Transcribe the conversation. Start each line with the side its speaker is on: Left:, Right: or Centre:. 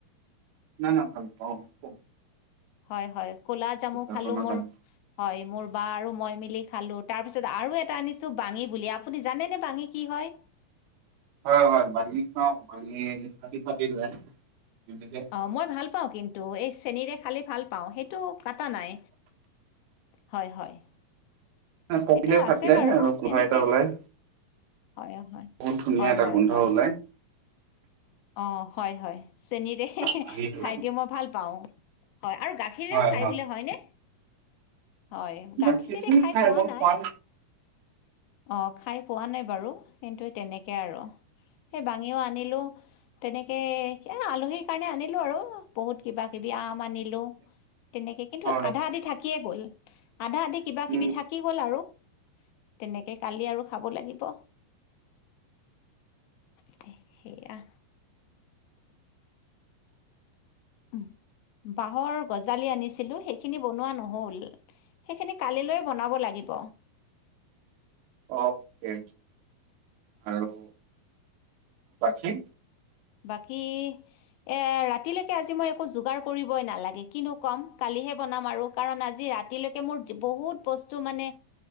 Right: নাই নাই ভাল পাওঁ ক
Left: হয়, হয়, ক'লা জামু খালোঁ
Right: আপোনাৰ
Left: মোৰ
Right: কামত
Left: হয় মোৰ বা আৰু মই মিলি খালো। তাৰপিছত আৰু এটা আনিছো বাঙি বুলি আপুনি জানেনে বাঙি কি হয়?
Right: হয়, হয় বাঙি খাওঁ বাঙি ফাটি ফাট যায়। তেনেকে
Left: অ' মই ভাল পাওঁ কিন্তু, এই চেনীৰে খালে ভাল পাওঁ, সেইটো কাটা নাই। হয়, হয়
Right: পকিলে
Left: সেইটো
Right: ফাটি
Left: আছে
Right: যায়
Left: বাৰু।
Right: আৰু গোন্ধ
Left: তেনেকে
Right: এটা ওলাই
Left: হয়, হয়।
Right: বহুত ধুনীয়া
Left: হয়,
Right: এটা
Left: হয়,
Right: গোন্ধ
Left: হয়।
Right: ওলাই
Left: অ' হয় হয়, চেনীৰে
Right: বাঙিটো
Left: খাই দিওঁ মই ভাল পাওঁ, হয় আৰু গা খীৰেও
Right: হয়
Left: খায়
Right: হয়
Left: বোলে হয়নে? হয় গাখীৰেৰে
Right: বাকী নাই
Left: খায় পোৱা
Right: মই
Left: নাই।
Right: খোৱা
Left: অঁ খাই পোৱা নাই বাৰু, কিন্তু তেনেকৈ আৰু। সেই বাঙিও আনিলো তেনেকে এ আলহীৰ কাৰণে আনিলো আৰু বহুত কিবা কিবি আম আনি লো। তেনেকে কিন্তু
Right: হয়
Left: আধা আধি থাকিয়ে গ'ল, আধা আধি কিবা
Right: উম
Left: কিবি থাকি গ'ল আৰু। তেনেকে কালি আৰু খাব লাগিব। সে সেইয়া। উহঃ বাঁহৰ গজালি আনিছিলোঁ সেইখিনি বনোৱা নহ'ল। সেইখিনি কালিলৈ বনাব লাগিব।
Right: অ'কে, আৰু বাকী?
Left: বাকী, এ ৰাতিলেকে আজি মই একো যোগাৰ কৰিবই নালাগে কিনো ক'ম কালিহে বনাম আৰু। কাৰণ আজি ৰাতিলেকে মোৰ বহুত বস্তু মানে